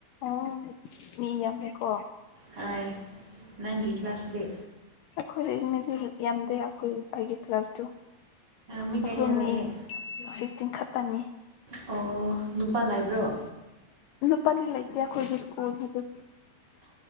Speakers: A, on the left; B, on the right.
A: ꯑꯥ ꯃꯤ ꯌꯥꯝꯃꯦꯀꯣ
B: ꯍ ꯅꯪꯒꯤ ꯀ꯭ꯂꯥꯁꯗꯤ
A: ꯑꯩꯈꯣꯏ ꯃꯤꯗꯤ ꯌꯥꯝꯗꯦ ꯑꯩꯈꯣꯏ ꯑꯩꯒꯤ ꯀ꯭ꯂꯥꯁꯇꯨ
B: ꯃꯤ ꯀꯌꯥ
A: ꯄꯊꯔ
B: ꯂꯩꯌꯦ
A: ꯃꯦ ꯐ ꯤꯡ ꯈꯛꯇꯪꯅꯤ
B: ꯑꯣ ꯅꯨꯄꯥ ꯂꯩꯕ꯭ꯔꯣ
A: ꯄ ꯂꯩ ꯀꯌꯥꯈꯣꯏꯗ ꯀꯟ ꯍꯥꯏ ꯑꯗꯨ